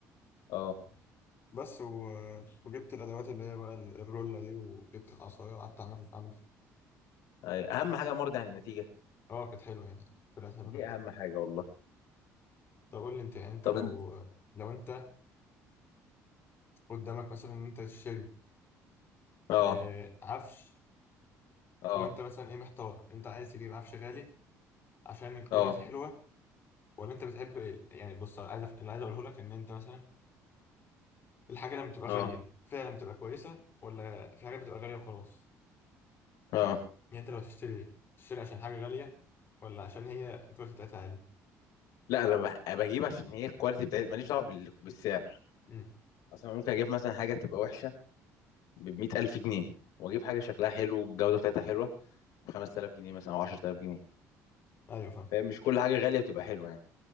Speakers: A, on the left; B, on the left.
A: اه
B: بس و... وجبت الادوات اللي هي بقى الرولة دي وجبت العصايه وقعدت اعمل اعمل
A: أي. اهم حاجه مرضي عن النتيجه
B: اه كانت حلوه يعني طلعت حلوه
A: دي
B: في الاخر
A: اهم حاجه والله
B: طب قول لي انت يعني انت
A: طب
B: لو
A: انت
B: لو انت قدامك مثلا ان انت تشتري
A: اه
B: آه، عفش
A: اه
B: وانت مثلا ايه محتار انت عايز تجيب عفش غالي عشان الكواليتي
A: اه
B: حلوه ولا انت بتحب ال- يعني بص أنا عايز أف- اللي عايز اقوله لك ان انت مثلا الحاجه لما بتبقى
A: اه
B: غاليه فعلا بتبقى كويسه ولا في حاجات بتبقى غاليه وخلاص
A: اه
B: يعني انت لو تشتري تشتري عشان حاجه غاليه ولا عشان هي الكواليتي بتاعتها عاليه
A: لا انا بح- بجيب عشان هي الكواليتي بتاعت ماليش دعوه بال- بالسعر
B: امم
A: اصلا ممكن اجيب مثلا حاجه تبقى وحشه ب 100000 جنيه واجيب حاجه شكلها حلو والجوده بتاعتها حلوه ب 5000 جنيه مثلا او 10000 جنيه
B: ايوه فاهم
A: فاهم مش كل حاجه غاليه بتبقى حلوه يعني